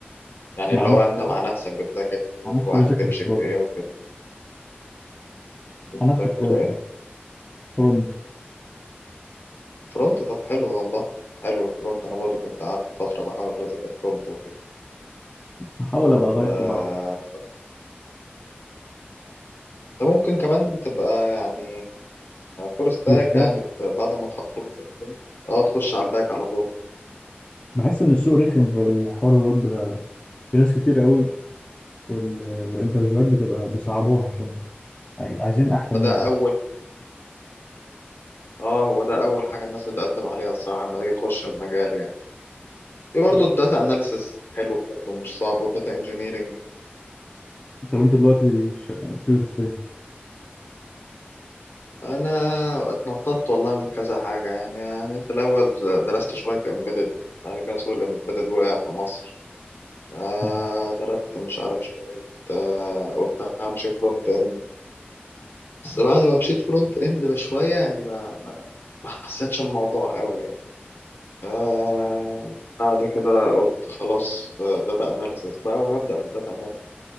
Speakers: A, on the left; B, on the left.
A: يعني
B: مع
A: اللي
B: نفسي
A: هو انت مع نفسك بتذاكر ايه
B: مع نفسي
A: وعايز
B: بذاكر
A: تمشي
B: الفرونت
A: في ايه وكده بتذاكر
B: مع نفسي الفرونت
A: ايه
B: آه. فرونت
A: فرونت طب حلو والله حلو الفرونت انا برضو كنت قعدت فترة بحاول اذاكر فرونت وكده
B: بحاول
A: طب
B: ابقى اغيره
A: آه،
B: بقى
A: انت ممكن كمان تبقى يعني فول ستاك
B: فول ستاك
A: يعني ت- بعد ما تخلص الفرونت اه تخش على الباك على طول
B: بحس ان السوق رخم في الحوار الويب ده في ناس كتير قوي وال... والانترفيوهات بتبقى بيصعبوها عشان عاي- عايزين احسن
A: وده
B: ناس
A: اول اه هو ده اول حاجه الناس بتقدم عليها الصراحه لما تيجي تخش المجال يعني في برضه
B: طب
A: الداتا اناليسز حلو برضه مش صعب والداتا انجينيرنج
B: طب انت دلوقتي ش... بتدرس فين
A: انا اتنططت والله من كذا حاجه يعني يعني في الاول درست شويه امبيدد بعد كده سوق الامبيدد وقع في مصر فدرست
B: مم.
A: مش عارف شويه آه، قلت همشي فرونت اند بس بعد ما مشيت فرونت اند بشويه يعني ما ما ما حسيتش الموضوع قوي يعني آه، بعد كده قلت خلاص داتا اناليسيس بقى وهبدا في الداتا اناليسيس